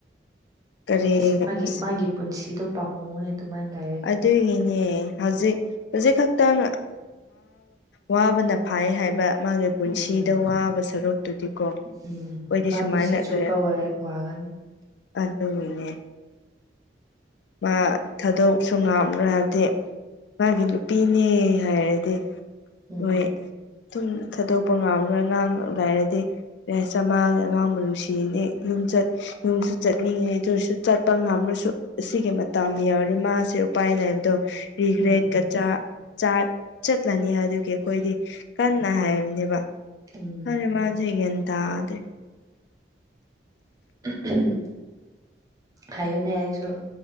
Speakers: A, on the left (about 75°); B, on the right (about 20°).
A: ꯀꯔꯤ
B: ꯑꯁ ꯃꯥꯒꯤ
A: ꯑꯁ
B: ꯃꯥꯒꯤ ꯄꯨꯟꯁꯤꯗꯣ ꯄꯥꯝꯃꯣꯏ ꯑꯗꯨꯃꯥꯏꯅ ꯂꯩꯔꯛ
A: ꯑꯗꯨꯒꯤꯅꯦ ꯍꯧꯖꯤꯛ ꯍꯧꯖꯤꯛ ꯈꯛꯇꯪ ꯋꯥꯕꯅ ꯐꯥꯏ ꯍꯥꯏꯕ ꯃꯥꯒꯤ ꯄꯨꯟꯁꯤꯗ
B: ꯎꯝ
A: ꯋꯥꯕ ꯁꯔꯨꯛꯇꯨꯗꯤ ꯀꯣ
B: ꯎꯝ
A: ꯑꯩꯗꯤ
B: ꯃꯥ
A: ꯁꯨꯃꯥꯏꯅ
B: ꯄꯨꯟꯁꯤ
A: ꯅꯈ꯭ꯔꯦ
B: ꯆꯨꯞꯄ ꯋꯥꯒꯅꯤ
A: ꯑꯗꯨꯗꯨꯅꯦ ꯃꯥ ꯊꯥꯗꯣꯛꯁꯨ ꯉꯥꯛ ꯍꯥꯏꯕꯗꯤ ꯃꯥꯒꯤ ꯅꯨꯄꯤꯅꯦ ꯍꯥꯏꯔꯗꯤ
B: ꯎꯝ
A: ꯍꯣꯏ ꯗꯨꯝ ꯊꯥꯗꯣꯛꯄ ꯉꯝꯔꯣꯏ ꯉꯥꯡ ꯂꯥꯏꯔꯗꯤ ꯌꯥꯏꯁ ꯆꯝꯃꯥꯒ ꯑꯉꯥꯡ ꯃꯔꯅꯨꯡꯁꯤꯅꯦ ꯌꯨꯝꯆꯠ ꯌꯨꯝꯁꯨ ꯆꯠꯅꯤꯡꯉꯦ ꯑꯗꯨ ꯑꯣꯏꯔꯁꯨ ꯆꯠꯄ ꯉꯝꯔꯁꯨ ꯑꯁꯤꯒꯤ ꯃꯇꯥ ꯌꯧꯔꯤ ꯃꯥꯁꯦ ꯎꯄꯥꯏ ꯂꯩ ꯍꯥꯏꯕꯗꯣ ꯔꯤꯒ꯭ꯔꯦꯠꯀ
B: ꯎꯝ
A: ꯆꯥ ꯆꯥ ꯆꯠꯂꯅꯤ ꯑꯗꯨꯒꯤ ꯑꯩꯈꯣꯏꯗꯤ ꯀꯟꯅ ꯍꯥꯏꯕꯅꯦꯕ
B: ꯎꯝ
A: <inaudible> ꯃꯥꯁꯦ ꯒꯌ꯭ꯥꯟ ꯇꯥꯗꯦ
B: ꯎꯝ ꯍꯥꯏꯌꯨꯅꯦ ꯑꯩꯁꯨ